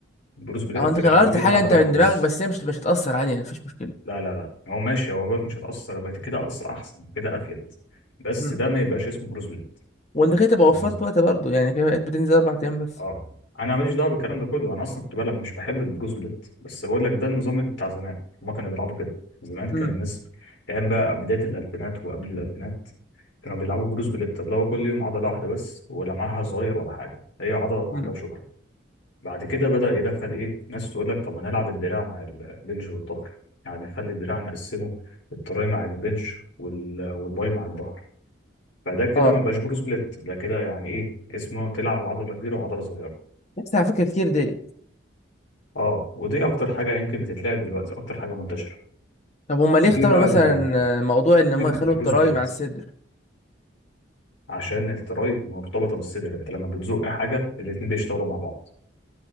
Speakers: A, on the left; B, on the left.
A: بروس بليت
B: او انت غيرت
A: يعني كل يوم
B: حاجه
A: عضله
B: انت
A: واحده
B: من
A: بس
B: دماغك بس هي مش مش هتاثر عادي يعني مفيش مشكله
A: لا لا لا هو ماشي هو بقولك مش هتاثر بقى كده أص- احسن كده افيد بس
B: امم
A: ده ما يبقاش اسمه بروس بليت
B: وانت كده تبقى
A: بالمناسبه
B: وفرت وقت برضو يعني كده بقيت بتنزل اربع ايام بس
A: اه انا ماليش دعوه بالكلام ده كله انا اصلا كنت بلعب مش بحب البروس بليت بس بقول لك ده النظام بتاع زمان هما كانوا بيلعبوا كده زمان كان
B: امم
A: الناس ايام بقى بدايه الالفينات وقبل الالفينات كانوا بيلعبوا بروس بليت اللي هو كل يوم عضله واحده بس ولمعها صغير ولا حاجه هي عضله واحده
B: امم
A: وشكرا بعد كده بدا يدخل ايه ناس تقول لك طب ما نلعب الدراع مع البنش والظهر يعني نخلي الدراع نقسمه التراي مع البنش وال- والباي مع الظهر فده كده
B: اه
A: ما بقاش بروس بليت ده كده يعني ايه اسمه تلعب عضله كبيره وعضله صغيره
B: بس على فكره كتير ديت
A: اه ودي اكتر حاجه يمكن بتتلعب دلوقتي اكتر حاجه منتشره
B: طب هما ليه
A: وفي
B: اختاروا
A: بقى
B: مثلا
A: ال-
B: آه، موضوع ان هم
A: في البروس
B: يخلوا التراي
A: بليت
B: مع الصدر
A: عشان التراي مرتبطه بالصدر انت لما بتزق حاجه الاتنين بيشتغلوا مع بعض